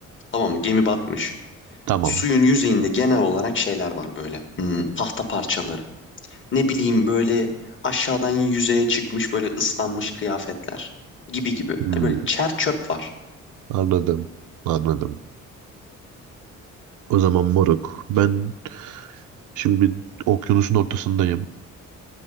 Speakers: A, on the left; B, on the right.
A: Tamam mı? Gemi batmış.
B: Tamam.
A: Suyun yüzeyinde genel olarak şeyler var böyle. Hmm, tahta parçaları. Ne bileyim böyle aşağıdan yüzeye çıkmış böyle ıslanmış kıyafetler. Gibi gibi.
B: Hmm,
A: Hani böyle çer çöp var.
B: anladım. Anladım. O zaman moruk ben şimdi okyanusun ortasındayım.